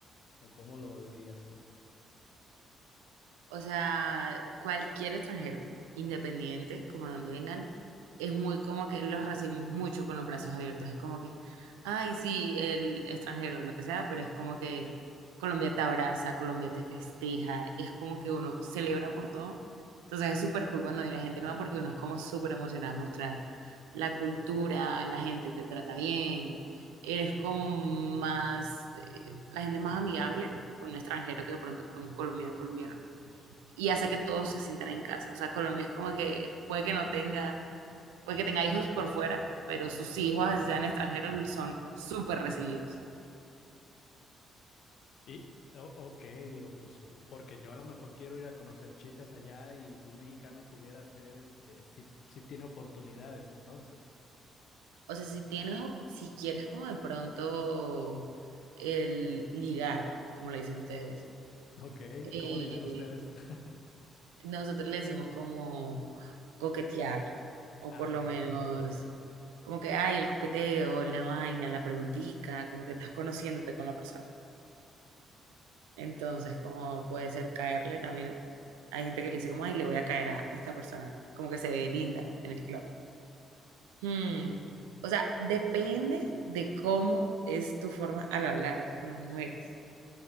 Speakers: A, on the left; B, on the right.
A: o cómo lo dirías tú.
B: O sea, cualquier extranjero, independiente, como de donde vengan, es muy como que los recibimos mucho con los brazos abiertos. Es como que, ay, sí, el extranjero, lo que sea, pero es como que Colombia te abraza, Colombia te festeja, es como que uno celebra por todo. Entonces es súper cool cuando viene gente nueva porque uno es como súper emocionado a mostrar la cultura, la gente te trata bien, eres como más, eh, la gente es más amigable con un extranjero que de pronto con un colombiano colombiano y hace que todos se sientan en casa. O sea, Colombia es como que puede que no tenga, puede que tenga hijos por fuera, pero sus hijos, así sean extranjeros, son súper recibidos.
A: Y, o- ok, digo, pues p- porque yo a lo mejor quiero ir a conocer chicas allá y un mexicano pudiera hacer, este, si, si tiene oportunidades, entonces.
B: O sea, si tienes, si quieres como de pronto el ligar, como le dicen ustedes,
A: Ok,
B: eh,
A: ¿cómo le dicen ustedes? <laughs>
B: nosotros le decimos como coquetear, o
A: Ah,
B: por lo
A: ok,
B: menos
A: ok,
B: como que ay el coqueteo, la vaina, la preguntica, como que estás conociéndote con la persona. Entonces, como puede ser caerle también. Hay gente que le dice como, ay, le voy a caer a esta persona. Como que se ve linda en el club. Hmm. O sea, depende de cómo es tu forma al hablar con las mujeres.